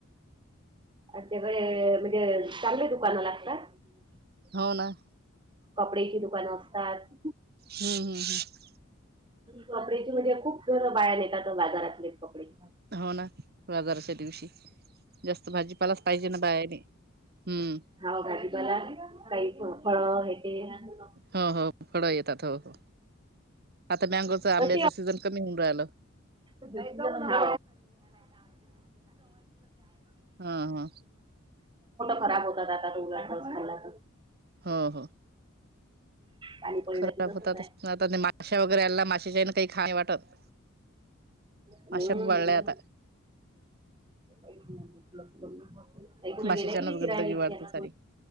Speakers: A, on the right; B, on the right.
A: अत्याकडे म्हणजे चांगली दुकानं लागतात? <inaudible>
B: हो ना.
A: कपडेची दुकानं असतात.
B: हम्म. हम्म. हम्म.
A: कपडेची म्हणजे खूप जण बाहेर घेतात बाजारातले कपडे.
B: हो ना बाजाराच्या दिवशी जास्त भाजीपालाच पाहिजे ना बायाने. हम्म.
A: हौव. भाजीपाला काही फळं हे ते <unintelligible>
B: हो हो फळा येतात हो हो आता मँगोचा आंब्याचा
A: तशी
B: सीजन कमी होऊन राहिलं.
A: <unintelligible> पोटं
B: ह ह
A: खराब होतात आता थोडं खाल्ला तर
B: हो हो.
A: पाणी पडलं
B: खराब
A: की तसंच
B: होतातच
A: आहे.
B: आता त्या, माशा वगैरे आल्या माशाच्या हेण खाव नाही वाटत.
A: उम्म.
B: माश्या खूप वाढल्या आता
A: <inaudible> अई कुड
B: माशाच्यानच
A: गेलाय की नाही फिरायले
B: गंदगी
A: इतक्या.
B: वाढते सारी